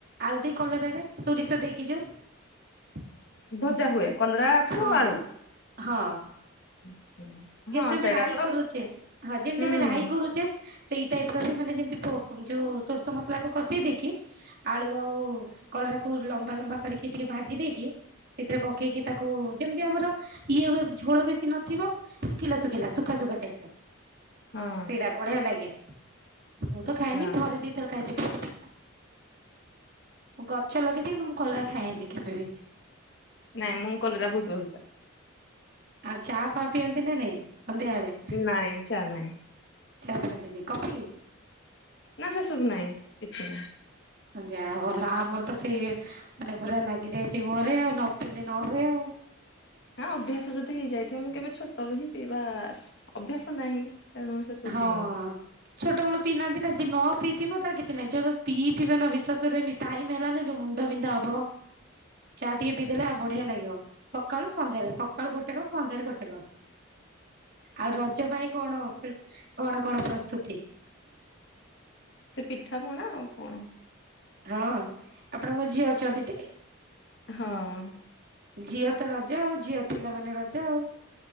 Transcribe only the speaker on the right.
ଆଳୁ ଦେଇ କଲରାରେ ସୋରିଷ ଦେଇକି ଯୋଉ।
ହଁ
ହଁ।
ଯେମିତି ଆମେ
ରାଇ
କରୁଚେ ହଁ ଯେମିତି
ଆମେ ରାଇ କରୁଚେ ସେଇ ଟାଇପର ବି ମାନେ ଯେମିତି ପ ଯେଉଁ ସୋର୍ଷ ମସଲାକୁ କଷେଇ ଦେଇକି ଆଳୁ ଆଉ କଲରାକୁ ଲମ୍ବା ଲମ୍ବା କରିକି ଟିକେ ଭାଜି ଦେଇକି ସେଥିରେ ପକେଇକି ତାକୁ ଯେମିତି ଆମର ଇଏ ହୁଏ ଝୋଳ ବେଶୀ ନଥିବ। ଶୁଖିଲା ଶୁଖିଲା ଶୁଖା ଶୁଖା ଟାଇପର
ସେଇଟା ବଢିଆ ଲାଗେ। ମୁଁ
ତ ଖାଏନି ଥରେ ଦିଥରେ ଖାଇଛି ବହୁତ ପିତା। ଗଛ ଲଗେଇଛି କିନ୍ତୁ ମୁଁ କଲରା ଖାଏନି କେବେ ବି।
ଆଉ ଚା ଫା ପିଅନ୍ତି ନା ନାଇଁ ସନ୍ଧ୍ୟାବେଳେ।
ଚା ପିଅନ୍ତିନି କଫି।
ଯାହା ହଉ ଭଲ ଆମର ତ ସେଇ ମାନେ ପୁରା ଲାଗିଯାଇଛି ମୁହଁରେ ଆଉ ନ ପିିଲଲେ ନ ହୁଏ ଆଉ।
ହଁ।
ଛୋଟବେଳୁ ପିଇନାହାନ୍ତି ନା ଯିଏ ନ ପିଇଥିବ ତାର କିଛି ନାହିଁ ଯାର ପିଇଥିବେ ନା ବିଶ୍ଵାସ କରିବେନି। ଟାଇମ ହେଲାନ ଯୋଉ ମୁଣ୍ଡ ବିନ୍ଧା ହବ ଚା ଟିକେ ପିଇଦେଲେ ଆଉ ବଢିଆ ଲାଗିବ। ସକାଳୁ ସନ୍ଧ୍ୟାରେ ସକାଳୁ ଗୋଟେ କପ ସନ୍ଧ୍ୟାରେ ଗୋଟେ କପ। ଆଉ ରଜ ପାଇଁ କଣ ପ୍ରି କଣ କଣ ପ୍ରସ୍ତୁତି?
ହଁ ଆପଣଙ୍କ ଝିଅ ଅଛନ୍ତି। ଟି
ଝିଅ ତ ରଜ ଆଉ ଝିଅ ପିଲାମାନେ ରଜ ଆଉ।